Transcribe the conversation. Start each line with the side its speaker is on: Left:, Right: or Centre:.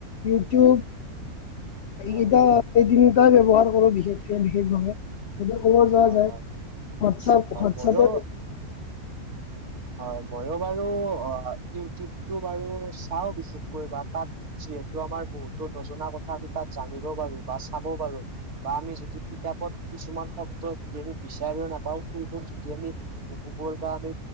Left: ইউটিউব। এইকেইটা
Right: হয়
Left: এই তিনটা ব্যৱহাৰ কৰো বিশেষকে বিশেষভাৱে। যদি ক'ব যোৱা
Right: হয়
Left: যায়।
Right: হয়
Left: হোৱাটছআপ
Right: হয়
Left: হোৱাটছপে
Right: ময়ো হয়, মইও বাৰু অ ইউটিউবটো বাৰু চাও বিশেষকৈ বা তাত যিহেতু আমাৰ বহুতো নজনা কথা আমি তাত জানিব পাৰো বা চাব পাৰো। বা আমি যদি কিতাপত কিছুমান শব্দ যদি আমি বিচাৰিও নাপাওঁ সেইবোৰ যদি আমি <unintelligible> বা আমি